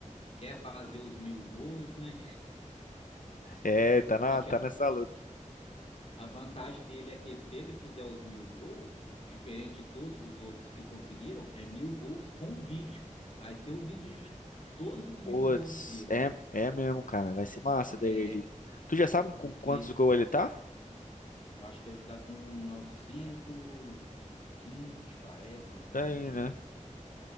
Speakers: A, on the left (about 50°); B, on the left (about 85°).
A: quer fazer os mil gols, né?
B: É, tá na,
A: Só que
B: tá nessa luta.
A: a vantagem dele é que se ele fizer os mil gols, diferente de todos os outros que conseguiram, é mil gols com vídeo. Vai ter o vídeo de todos os mil
B: Putz,
A: gols dele.
B: é, é mesmo, cara. Vai ser massa
A: É,
B: daí o Edito. Tu já sabe com
A: porque
B: quantos gols ele tá?
A: eu acho que ele tá com 920 parece, novecentos
B: Peraí,
A: e trinta
B: né?